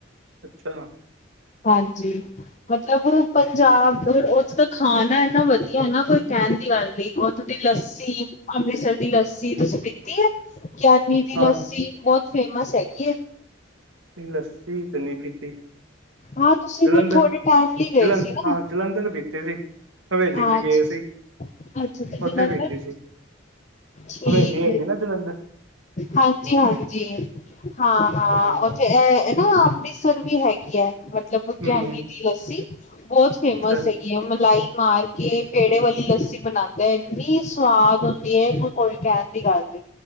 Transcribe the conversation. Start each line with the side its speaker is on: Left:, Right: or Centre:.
Right: ਅੱਛਾ।
Left: ਹਾਂਜੀ ਮਤਲਬ ਪੰਜਾਬ ਉੱਥੇ ਤਾਂ ਖਾਣਾ ਇੰਨਾ ਵਧੀਆ ਨਾ ਕੋਈ ਕਹਿਣ ਦੀ ਗੱਲ ਨੀ ਉਹ ਦੀ ਲੱਸੀ ਅੰਮ੍ਰਿਤਸਰ ਦੀ ਲੱਸੀ ਤੁਸੀਂ ਪੀਤੀ ਹੈ ਗਿਆਨੀ ਦੀ
Right: ਹਾਂ
Left: ਲੱਸੀ ਬਹੁਤ ਫੇਮਸ ਹੈਗੀ ਹੈ।
Right: ਲੱਸੀ ਤੇ ਨੀ ਪੀਤੀ।
Left: ਹਾਂ ਤੁਸੀਂ
Right: ਜਲੰਧਰ
Left: ਫਿਰ ਥੋੜੇ ਟਾਈਮ ਲਈ ਗਏ
Right: ਜਲੰਧਰ
Left: ਸੀ ਨਾ
Right: ਹਾਂ ਜਲੰਧਰ ਪਿਤਿ ਸੀ। ਹਵੇਲੀ
Left: ਹਾਂ
Right: ਚ ਗਏ ਸੀ।
Left: ਅੱਛਾ ਤੇ ਜਲੰਧਰ
Right: ਉੱਥੇ ਪੀਤੀ ਸੀ
Left: ਠੀਕ
Right: ਹਵੇਲੀ ਹੈਗੀ
Left: ਐ।
Right: ਨਾ ਜਲੰਧਰ
Left: ਹਾਂਜੀ-ਹਾਂਜੀ। ਹਾਂ-ਹਾਂ,
Right: ਹਾਂ
Left: ਉੱਥੇ ਨਾ ਅੰਮ੍ਰਿਤਸਰ ਵੀ ਹੈਗੀ ਹੈ। ਮਤਲਬ ਵਿਗਿਆਨੀ
Right: ਹੂੰ
Left: ਦੀ ਲੱਸੀ ਬਹੁਤ ਫੇਮਸ
Right: ਅੱਛਾ
Left: ਹੈਗੀ, ਆ ਮਲਾਈ ਮਾਰ ਕੇ ਪੇੜੇ ਵਾਲੀ ਲੱਸੀ ਬਣਾਦਾ ਇੰਨੀ ਸਵਾਦ ਹੁੰਦੀ ਹੈ, ਕੋਈ ਕੋਈ ਕਹਿਣ ਦੀ ਗੱਲ ਨਹੀਂ।